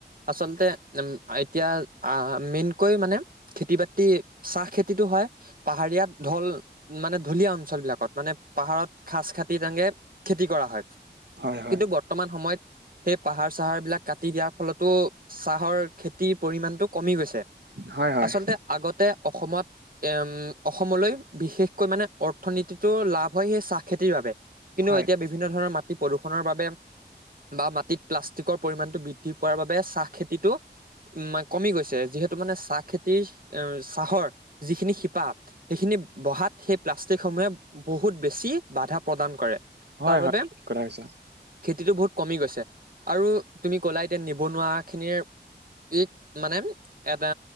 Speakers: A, on the right; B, on the right.
A: আচলতে উম, এতিয়া আহ, মেইনকৈ মানে খেতি বাতি চাহ খেতিতটো হয়। পাহাৰীয়া ঢল মানে ঢলীয়া অঞ্চল বিলাকত মানে পাহাৰত খাচ খাতি তেনকে খেতি কৰা হয়
B: হয় হয়
A: কিন্তু বৰ্তমান সময়ত। সেই পাহাৰ চাহাৰ বিলাক কাটি দিয়াৰ ফলতো চাহৰ খেতিৰ পৰিমানটো কমি গৈছে।
B: হয় হয়
A: আচলতে আগতে অসমত এ, উম, অসমলৈ বিশেষকৈ মানে অৰ্থনীতিতো লাভ হয় সেই চাহ খেতিৰ বাবে। কিন্তু
B: হয়
A: এতিয়া বিভিন্ন ধৰণৰ মাটি প্ৰদূষণৰ বাবে বা মাটিত প্লাষ্টিকৰ পৰিমাণটো বৃদ্ধি পোৱাৰ বাবে চাহ খেতিটো উম, কমি গৈছে যিহেতু মানে চাহ খেতিৰ উম, চাহৰ যিখিনি শিপা সেইখিনি বহাত সেই প্লাষ্টিক সমূহে বহুত বেছি বাধা প্ৰদান কৰে।
B: হয়-হয়
A: তাৰ বাবে
B: ঠিক কথা কৈছা।
A: খেতিটো বহুত কমি গৈছে আৰু তুমি ক'লা এতিয়া নিবনুৱা খিনিৰ ইক মানে এটা